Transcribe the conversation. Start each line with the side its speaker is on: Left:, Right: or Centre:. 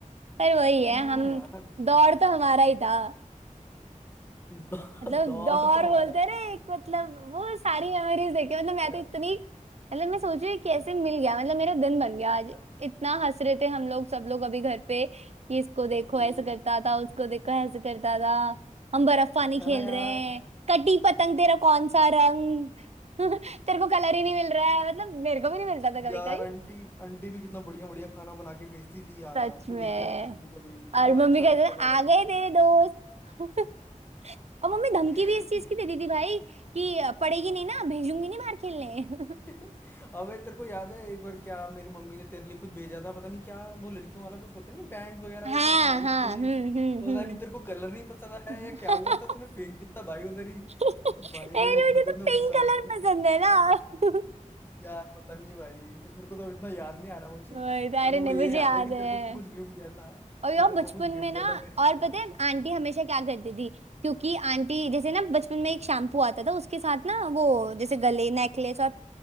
Right: पर वही है
Left: हाँ
Right: हम
Left: यार
Right: दौड़ तो हमारा ही था
Left: दौ,
Right: मतलब
Left: दौर
Right: दौर
Left: तो
Right: बोलते
Left: हमारा ही
Right: हैं
Left: था
Right: ना एक मतलब वो सारी मेमोरीज देखे मतलब
Left: अ,
Right: मैं तो इतनी मतलब मैं सोच रही हूँ कैसे मिल गया मतलब मेरा दिन बन गया आज
Left: अंट-
Right: इतना हंस रहे थे हम लोग सब लोग अभी घर पे कि इसको देखो
Left: हम्म,
Right: ऐसे करता था उसको देखो ऐसे करता था हम बर्फ पानी
Left: है
Right: खेल
Left: ना यार
Right: रहे हैं कटी पतंग तेरा कौन सा रंग <laughs> तेरे को कलर ही नहीं मिल रहा है मतलब मेरे को भी नहीं मिलता था
Left: यार
Right: कभी कभी
Left: आंटी आंटी भी कितना बढ़िया बढ़िया खाना बना के भेजती थी यार
Right: सच
Left: तू
Right: में
Left: लेके आती थी कभी कभी कितना
Right: और मम्मी
Left: अच्छा
Right: कहते
Left: लगता
Right: थे
Left: था
Right: आ
Left: भाई
Right: गए तेरे दोस्त <laughs> और मम्मी धमकी
Left: <laughs>
Right: भी इस चीज की देती थी भाई कि पड़ेगी नहीं ना भेजूंगी नहीं बाहर खेलने
Left: <laughs> अबे तेरे को याद है एक बार क्या मेरी मम्मी ने तेरे लिए कुछ भेजा था पता नहीं क्या वो लड़कियों वाला कुछ होता नहीं बैंड वगैरह
Right: <laughs> हाँ
Left: या कुछ भाई
Right: हाँ
Left: तूने
Right: हम्म हम्म
Left: पता
Right: हम्म
Left: नहीं तेरे को कलर नहीं पसंद आया
Right: <laughs>
Left: या क्या हुआ था तूने फेंक दिया था भाई उधर ही
Right: लेकिन
Left: भाई मेरी मम्मी
Right: मुझे
Left: को इतना
Right: तो
Left: गुस्सा
Right: पिंक
Left: आया
Right: कलर
Left: था भाई।
Right: पसंद है ना <laughs>
Left: यार पता नहीं भाई मेरे को तो अब इतना याद नहीं आ रहा वो चीज
Right: वही तो, अरे
Left: बट मेरे
Right: नहीं
Left: को ये
Right: मुझे
Left: याद
Right: याद
Left: है कि तेरे
Right: है
Left: को कुछ गिफ्ट दिया था
Right: और यार
Left: कि तेरे
Right: बचपन
Left: को कुछ गिफ्ट
Right: में
Left: दिया
Right: ना
Left: था मेरी
Right: और
Left: मम्मी
Right: पता
Left: ने
Right: है आंटी हमेशा क्या करती थी क्योंकि आंटी जैसे ना बचपन में एक शैम्पू आता था उसके साथ ना वो जैसे गले नेकलेस और